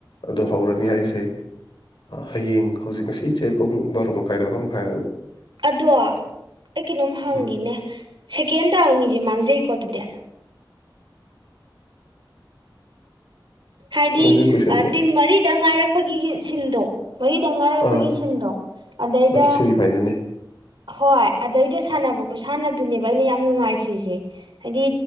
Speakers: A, on the left (about 70°); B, on the right (about 70°).
A: ꯑꯗꯣ ꯍꯧꯔꯅꯤ ꯍꯥꯏꯁꯦ ꯍꯌꯦꯡ ꯍꯧꯖꯤꯛ ꯉꯁꯤ ꯆꯦ ꯄꯨꯡ ꯕꯥꯔꯣ ꯃꯈꯥꯏꯗ ꯑꯃ ꯃꯈꯥꯏ
B: ꯑꯗꯣ ꯑꯩ ꯀꯩꯅꯣꯝ ꯍꯪꯒꯦꯅꯦ
A: ꯎꯝ
B: ꯁꯦꯀꯦꯟ ꯇꯥꯕ ꯃꯤꯁꯦ ꯁꯦ ꯃꯥꯡꯖꯩꯀꯣ ꯑꯗꯨꯗꯤ ꯍꯥꯏꯗꯤ
A: ꯃꯗꯨꯒꯤ ꯀꯣꯏꯁꯟꯗꯣ
B: ꯇꯤꯝ ꯃꯔꯤꯗ ꯉꯥꯏꯔꯛꯄꯒꯤ ꯁꯤꯟꯗꯣ ꯃꯔꯤꯗ ꯉꯥꯔꯛꯄꯒꯤ
A: ꯑꯥ
B: ꯁꯤꯟꯗꯣ ꯑꯗꯩꯗꯥ
A: ꯑꯗꯨ ꯁꯦꯃꯤ ꯐꯥꯏꯅꯦꯜꯅꯦ
B: ꯍꯣꯏ ꯑꯗꯩꯗ ꯁꯥꯟꯅꯕ ꯈꯨꯠꯁꯥꯟꯅꯗꯨꯅꯦꯕ ꯑꯩꯅ ꯌꯥꯝ ꯅꯨꯡꯉꯥꯏꯇ꯭ꯔꯤꯁꯦ ꯍꯥꯏꯗꯤ